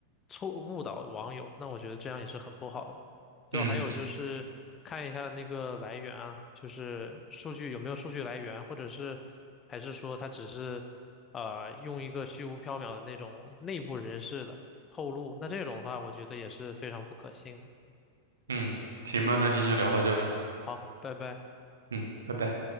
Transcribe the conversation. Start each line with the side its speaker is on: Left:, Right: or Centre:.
Left: 错误导网友，那我觉得这样也是很不好。就还有就是看一下那个来源啊，
Right: 嗯
Left: 就是数据有没有数据来源，或者是还是说它只是啊，用一个虚无缥缈的那种内部人士的透露，那这种的话，我觉得也是非常不可信。
Right: 嗯，行吧，那今天就聊到这吧。
Left: 好，拜拜。
Right: 嗯，拜拜。